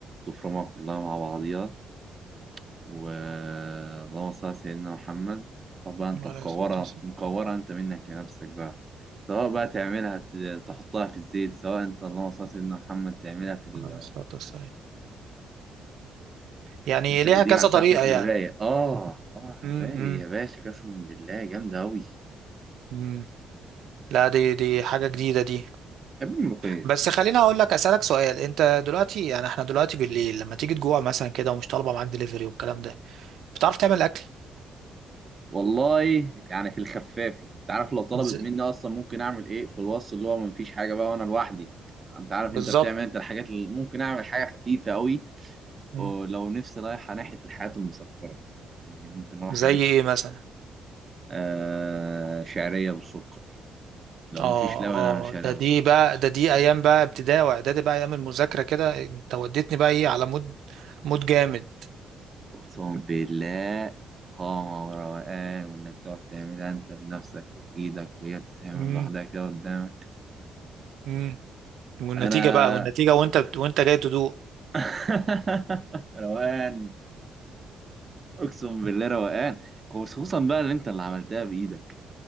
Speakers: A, on the right; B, on the right.
A: تفرمها كلها مع بعضيها واللهم صل على سيدنا محمد روح بقى انت
B: عليه
A: مكورة
B: الصلاه والسلام
A: مكورة انت منك لنفسك بقى سواء بقى تعملها ت- تحطها في الزيت سواء انت اللهم صل على سيدنا محمد تعملها في ال-
B: عليه الصلاه والسلام يعني
A: في التخديعة
B: ليها كذا
A: بتاعتك
B: طريقه يعني
A: الرايق اه اه الرايق
B: امم
A: يا باشا قسما بالله جامدة أوي
B: امم لا دي دي حاجه جديده دي
A: بحب الملوخية
B: بس خليني اقول لك اسالك سؤال انت دلوقتي يعني احنا دلوقتي بالليل لما تيجي تجوع مثلا كده ومش طالبه معاك دليفري والكلام ده بتعرف تعمل اكل
A: والله يعني في الخفافي انت عارف لو طلبت
B: ز-
A: مني اصلا ممكن اعمل ايه في الوصف اللي هو مفيش حاجة بقى وانا لوحدي انت عارف
B: بالظبط
A: انت بتعمل انت الحاجات اللي ممكن اعمل حاجة خفيفة أوي
B: مم.
A: ولو نفسي رايحة ناحية الحياة المسكرة يعني ممكن أروح
B: زي
A: أجيب
B: ايه مثلا
A: آه شعرية بالسكر لو
B: اه
A: مفيش لبن أعمل شعرية
B: اه ده
A: بالسكر
B: دي بقى ده دي ايام بقى ابتدائي واعدادي بقى ايام المذاكره كده انت وديتني بقى ايه على مود مود جامد
A: أقسم بالله فخامة وروقان وإنك تقعد تعملها أنت بنفسك وبإيدك وهي بتتعمل
B: امم
A: لوحدها كده قدامك
B: امم والنتيجه
A: أنا
B: بقى والنتيجه وانت وانت جاي تدوق
A: <laughs> روقان أقسم بالله روقان خصوصا بقى اللي أنت اللي عملتها بإيدك